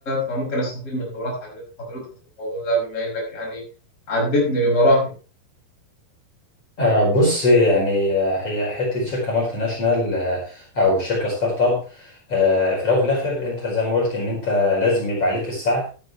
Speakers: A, on the left (about 15°); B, on the left (about 35°).
A: فممكن استفيد من خبرات حضرتك حضرتك في الموضوع ده بما انك يعني عدتني بمراحل
B: آه، بص يعني آه، هي حته شركه مالتي ناشونال آه، او شركه ستارت اب آه، في الاول وفي الاخر انت زي ما قلت ان انت لازم يبقى عليك السعي